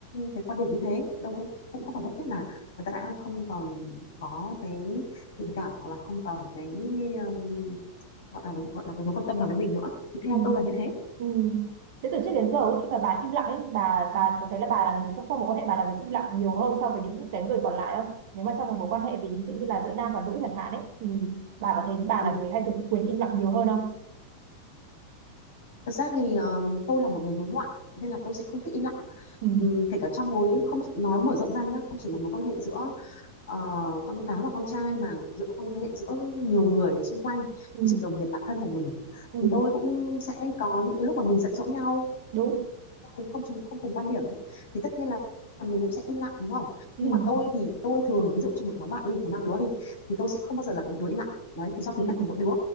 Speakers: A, on the left; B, on the right.
A: cái quan điểm như thế đâu cũng không phải nhất thiết là người ta đã không còn có cái tình cảm hoặc là không còn cái um, gọi là gọi là cái mối quan tâm nào với mình nữa thì theo
B: Ừ.
A: tôi là như thế
B: Ừ. Thế từ trước đến giờ ấy, khi mà bà im lặng ấy, thì bà bà có thấy là bà là người trong các mối quan hệ bà là người im lặng nhiều hơn so với những cái người còn lại không? Nếu mà trong một mối quan hệ ví dụ như là giữa nam và nữ chẳng hạn ấy thì bà có thấy bà
A: ừ.
B: là người hay sử dụng quyền im lặng nhiều hơn không?
A: thật ra thì um, tôi là một người hướng ngoại nên là tôi sẽ không thích im lặng
B: Ừ.
A: Ừm, kể cả trong mối không nói mở rộng ra nhé không chỉ là mối quan hệ giữa ờ, con gái và con trai mà giữa quan hệ giữa nhiều người xung quanh
B: Ừ.
A: ví dụ đồng nghiệp bạn thân của mình
B: ừ,
A: thì tôi cũng sẽ có những cái lúc mà mình giận dỗ nhau
B: đúng,
A: cũng không chung không cùng quan điểm thì tất nhiên là mình cũng sẽ im lặng đúng không
B: ừ,
A: nhưng mà tôi thì tôi thường ví dụ trong một nhóm bạn đi có năm đứa đi thì tôi sẽ không bao giờ là cái đứa im lặng đấy thì do
B: ừ,
A: tính cách của mỗi đứa